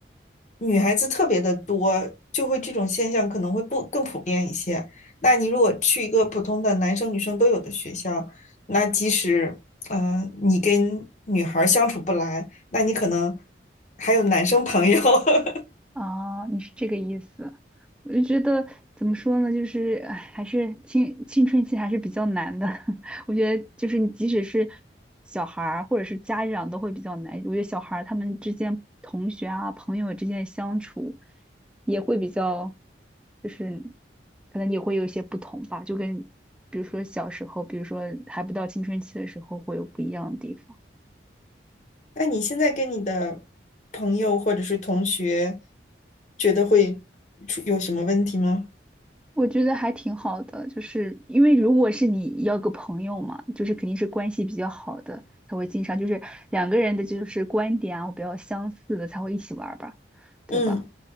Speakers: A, on the left (about 40°); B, in the centre.
A: 女孩子特别的多，就会这种现象可能会不更普遍一些。那你如果去一个普通的男生女生都有的学校，那即使嗯你跟女孩儿相处不来，那你可能还有男生朋友。<laughs>
B: 哦，你是这个意思，我就觉得怎么说呢，就是唉还是青青春期还是比较难的。<laughs> 我觉得就是你即使是小孩儿或者是家长都会比较难。我觉得小孩儿他们之间同学啊朋友之间的相处也会比较，就是可能也会有一些不同吧，就跟比如说小时候，比如说还不到青春期的时候会有不一样的地方。
A: 那你现在跟你的朋友或者是同学，觉得会出有什么问题吗？
B: 我觉得还挺好的，就是因为如果是你要个朋友嘛，就是肯定是关系比较好的才会经常，就是两个人的就是观点啊比较相似的才会一起玩儿吧，对吧？
A: 嗯